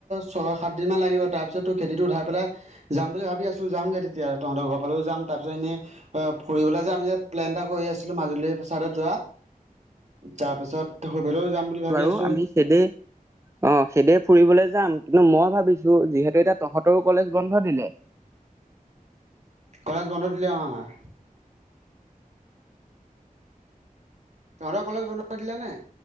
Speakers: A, on the right (about 50°); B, on the right (about 20°).
A: ছয়, সাত দিন মান লাগিব তাৰপিছ তু খেতিটো উঠাই পেলাই যাম বুলি ভাবি আছো যামগে তেতিয়া তহঁতৰ ঘৰ ফালেও যাম তাৰ পিছত এনেই ফুৰিবলৈ যে আমি যে প্লেন এটা কৰি আছিলো মাজুলীৰ চাইদত যোৱা তাৰপিছত তহঁতৰ ফালেও যাম বুলি ভাবি
B: বাৰু
A: আছো
B: আমি খেদে অ খেদে ফুৰিবলে যাম কিন্তু মই ভাবিছোঁ যিহেতু এতিয়া তহঁতৰো কলেজ বন্ধ দিলে
A: কলেজ বন্ধ দিলে আৰু আমাৰ তহঁতৰ কলেজ বন্ধ দিলে নাই?